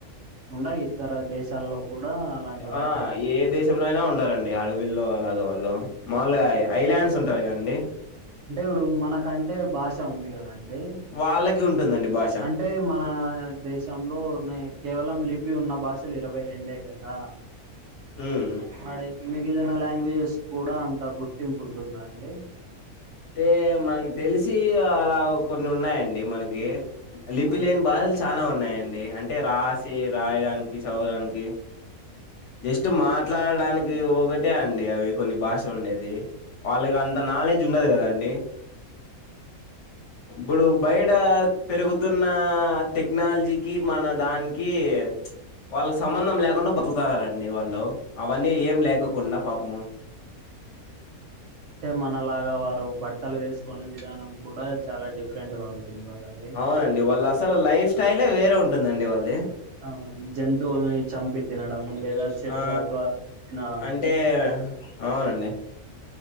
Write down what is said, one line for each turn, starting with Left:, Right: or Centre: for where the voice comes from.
Right: ఇంగ ఇతర దేశాల్లో కూడా అలాంటి వారు
Left: ఆ
Right: ఉ
Left: ఏ దేశ్ శంలో అయినా ఉంటారండి అడవిల్లో అలాగ వాళ్ళు మావుల్గా ఐలాండ్స్ ఉంటాయి కదండి
Right: అంటే ఇప్పుడు మనకంటే భాష ఉంది కదన్డి
Left: వాళ్ళకి ఉంటుందండి భాష్
Right: అంటే మన దేశ్ శంలోనే కేవలం లిపి ఉన్న భాషలు ఇరవై రెండే కదా?
Left: ఉమ్
Right: మరి మిగిలిన లాంగ్వేజెస్ కూడా అంత గుర్తింపు ఉంటుందా అండి?
Left: అంటే మనకి తెలిసి అలా కొన్ని ఉన్నాయండి మనకి లిపి
Right: ఆ!
Left: లేని బాషల్ చానా ఉన్నాయండి అంటే రాసి రాయడానికి చదవానికి జస్ట్ మాట్లాడడానికి ఒకటే అండి అవి కొన్ని భాష ఉండేది వాళ్ళకి అంత నాలెడ్జ్ ఉండదు కదన్డి ఇబ్బుడు బయట పెరుగుతున్న టెక్నాల్జీకి మన దాన్కి ప్చ్ వాళ్ళకి సంబంధం లేకుండా బతుకుతానరండి వాళ్ళు అవన్నీ ఏం లేకోకుండా పాప్ము
Right: అంటే మనలాగా వారు బట్టలు వేసుకునే విధానం కూడా చాలా డిఫ్ ఫ్రెంట్ గా ఉంటుంది వాళ్ళది
Left: అవునండి వాళ్ళ అసలు లైఫ్ స్టైలే వేరే ఉంటుందండి వాల్ది
Right: అవునండి జంతువుల్ని చంపి తినడము లేదా చెట్ల
Left: ఆ
Right: ద్వారా అయినా
Left: అంటే అవునండి